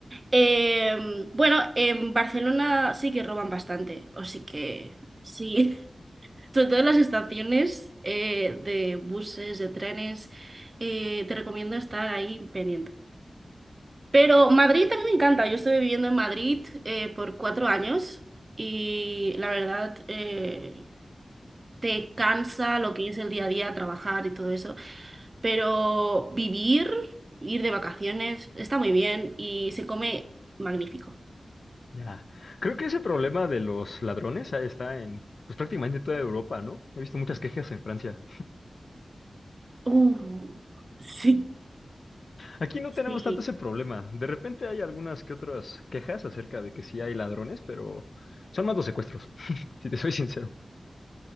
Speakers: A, on the right; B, on the left.
A: Eh, bueno, en Barcelona sí que roban bastante, o sí que sí. <laughs> Sobre todo en las estaciones eh, de buses, de trenes, eh, te recomiendo estar ahí pendiente. Pero Madrid también me encanta. Yo estuve viviendo en Madrid eh, por cuatro años y la verdad, eh, te cansa lo que es el día a día, trabajar y todo eso, pero vivir, ir de vacaciones, está muy bien y se come magnífico.
B: Ya. Creo que ese problema de los ladrones ah, está en pues prácticamente toda Europa, ¿no? He visto muchas quejas en Francia.
A: Uh, sí,
B: Aquí no tenemos
A: sí.
B: tanto ese problema. De repente hay algunas que otras quejas acerca de que sí hay ladrones, pero son más los secuestros, <laughs> si te soy sincero.